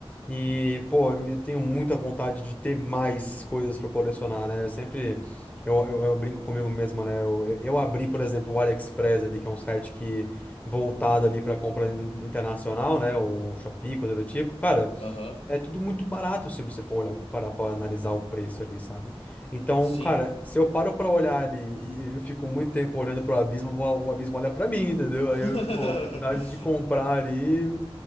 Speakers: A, on the left (about 15°); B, on the left (about 85°).
A: E, pô, eu me- tenho muita vontade de ter mais coisas pra colecionar, né? Eu sempre. Eu, eu, eu brinco comigo mesmo, né? Eu, eu eu abri, por exemplo, o AliExpress ali, que é um site que voltado ali pra compra in- internacional, né? O Shopee, coisa do tipo. Cara,
B: Aham.
A: é tudo muito barato se você for olhar, para para analisar o preço ali, sabe? Então,
B: Sim.
A: cara, se eu paro pra olhar ali e eu fico muito tempo olhando pro abismo, o o abismo olha pra mim, entendeu?
B: <laughs>
A: Aí eu, pô, vontade de comprar ali